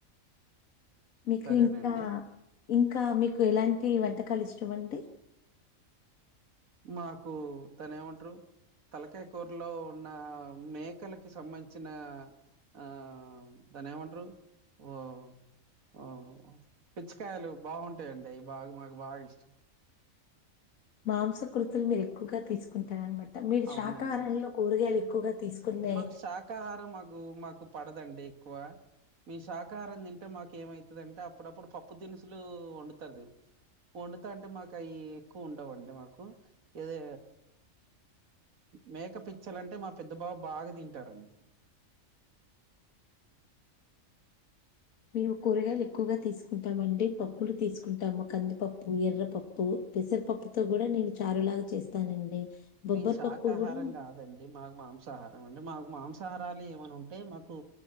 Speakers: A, on the left (about 85°); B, on the right (about 80°).
A: మీకు
B: సరేనండి
A: ఇంకా ఇంకా మీకు ఎలాంటి వంటకాలు ఇష్టమండి
B: మాకు తను ఏమంటరు తలకాయకూరలో ఉన్న మేకలకి సంబంధించిన ఆ దాని ఏమంటరు ఓ ఓ పిచ్చకాయలు బాగుంటాయండి అవి బాగా మాకు బాగా ఇష్టం
A: మాంసకృతులు మీరు ఎక్కువగా తీసుకుంటారనమాట మీరు
B: అవునండి
A: శాకాహారంలో కూరగాయలు ఎక్కువగా తీసుకునే
B: మాకు శాకాహారం మాకు మాకు పడదండి ఎక్కువ మీ శాకాహారం తింటే మాకు ఏమైతదంటే అప్పుడప్పుడు పప్పు దినుసులు వండుతారు వండుత అంటే మాకు అయి ఎక్కువ ఉండవండి మాకు ఏదో మేక పిచ్చల్ అంటే మా పెద్ద బాబు బాగా తింటారండి
A: మేము కూరగాయలు ఎక్కువగా తీసుకుంటామండి పప్పులు తీసుకుంటాము కందిపప్పు ఎర్రపప్పు పెసరపప్పుతో కూడా నేను చారులాగా చేస్తానండి బొబ్బర
B: మీ శాకాహారం
A: పప్పు కూడా
B: కాదండి మాకు మాంసాహారం అంటే మా మాంసాహారాలు ఏమనా ఉంటే మాకు